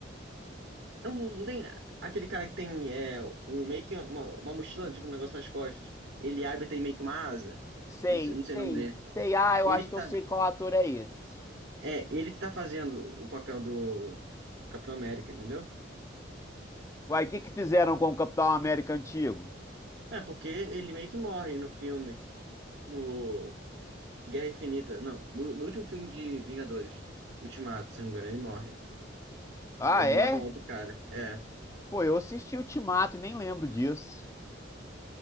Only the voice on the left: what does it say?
Sei,
sei,
sei. Ah, eu
acho
que
eu sei qual ator é esse.
Uai, o que que fizeram com o Capitão América antigo?
Ah,
é?
Pô, eu assisti Ultimato e nem lembro disso.